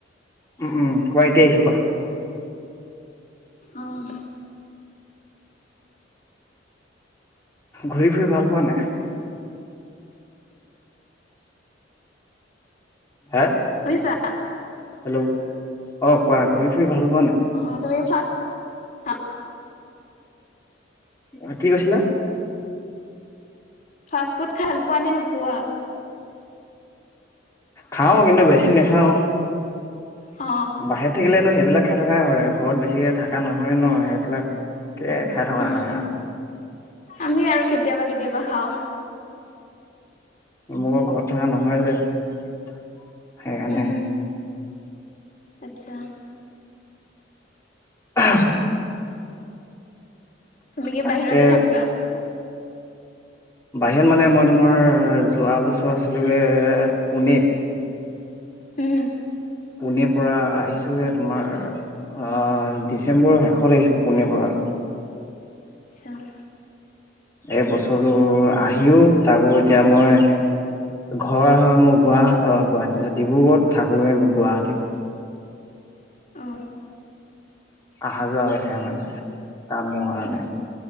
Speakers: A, on the left (about 15°); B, on the left (about 45°).
A: উম উম কোৱা এতিয়া আহিছো কোৱা
B: আহ
A: ঘূৰি ফুৰি ভাল পোৱা নাই হা
B: শুনিছা
A: হেল্ল' অ কোৱা ঘূৰি ফুৰি ভাল পোৱা নাই
B: অ তুমি হা
A: অ কি কৈছিলা
B: ফাষ্ট ফুড খাল পোৱা নে নোপোৱা
A: খাও কিন্তু বেছি নাখাও
B: অ
A: বাহৰে থাকিলেনো সেইবিলাক খাই থকাই হয় ঘৰত বেছিক থকা নহয় ন সেইবিলাকে খাই থকা
B: উম
A: হয় আৰু
B: আমি আৰু কেতিয়াবা কেতিয়াবা খাওঁ
A: মোক ঘৰতথা নহয় যে সেইকাৰণে
B: উম আচ্ছা
A: আহ
B: তুমি কি
A: তাকে
B: বাহিৰতে থাকা
A: বাহিৰত মানে মই তোমাৰ যোৱা বছৰ আছিলোগে পোনেত
B: উম
A: পোনে পৰা আহিছোহে তোমাৰ আহ ডিচেম্বৰৰ শেষত আহিছো পোনে পৰা <inaudible>
B: আহ
A: এই বছৰটো আহিও তাকো এতিয়া মই ঘৰ হয় মোৰ গুৱ অ গুৱাহাটীত আছে ডিব্ৰুগড়ত থাকোৱে মোৰ গুৱাহাটীত
B: অ
A: অহা যোৱা হৈ থে মানে কাম ৰ কাৰণে
B: উম